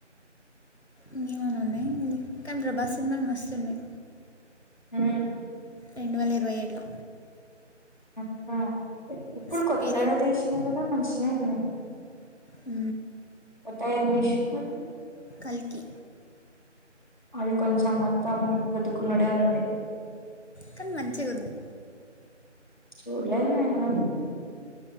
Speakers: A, on the left; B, on the left.
A: ఇంకేమన్నా ఉన్నాయి మళ్లీ కానీ ప్రభాస్ సినిమాలు మస్తు ఉన్నాయి
B: ఉ
A: రెండు వేల ఇరవై ఏడులా
B: అట్నా ఇప్పుడు
A: స్పిరిట్
B: కొత్తగా తీసిన కదా మషినే
A: ఉ
B: త ఏం తీసినాడు
A: కల్కి
B: అది కొంచెం మొత్తం గుద్దుకున్నోడే ఉంది
A: కానీ మంచిగా ఉంది
B: చూడలేదు నేను గాని